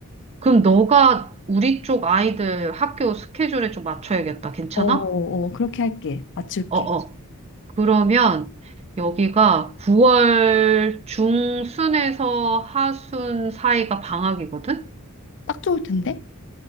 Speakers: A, on the right; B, on the left.
A: 그럼 너가 우리 쪽 아이들 학교 스케줄에 좀 맞춰야겠다. 괜찮아?
B: 어, 어, 어, 그렇게 할게. 맞출게.
A: 어어. 그러면 여기가 9월 중순에서 하순 사이가 방학이거든?
B: 딱 좋을 텐데?